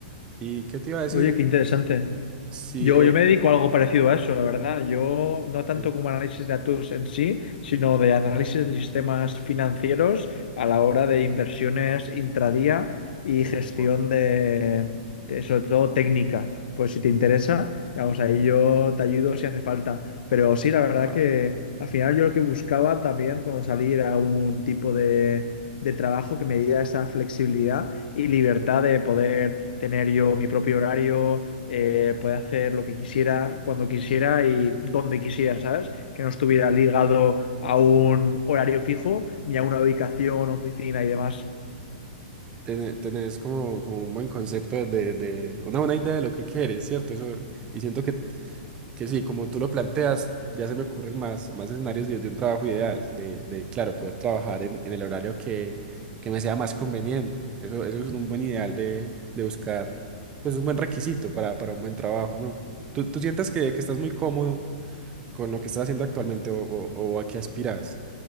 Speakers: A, on the right; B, on the left.
A: y ¿qué te iba a decir?
B: Oye, qué interesante.
A: Sí,
B: Yo,
A: eh,
B: yo me dedico a algo parecido a eso, la verdad. Yo no tanto
A: sí.
B: como análisis de datos en sí, sino de análisis de sistemas financieros a la hora de inversiones intradía y gestión
A: Wow,
B: de, de, sobre todo técnica. Pues si te interesa, vamos, ahí yo te ayudo si hace falta. Pero sí, la verdad
A: wow.
B: que al final yo lo que buscaba también cuando salí era un tipo de, de trabajo que me diera esa flexibilidad y libertad de poder tener yo mi propio horario eh, puede hacer lo que quisiera, cuando quisiera y donde quisiera, ¿sabes? Que no estuviera ligado a un horario fijo ni a una ubicación, oficina y demás.
A: Tene- Tenés como, como un buen concepto de, de una buena idea de lo que quieres, ¿cierto? Eso, y siento que que sí, como tú lo planteas, ya se me ocurren más, más escenarios de, de un trabajo ideal, de, de, claro, poder trabajar en, en el horario que, que me sea más conveniente. Eso, eso es un buen ideal de, de buscar, pues un buen requisito para, para un buen trabajo, ¿no? ¿Tú, tú sientes que, que estás muy cómodo con lo que estás haciendo actualmente o, o- o a qué aspiras?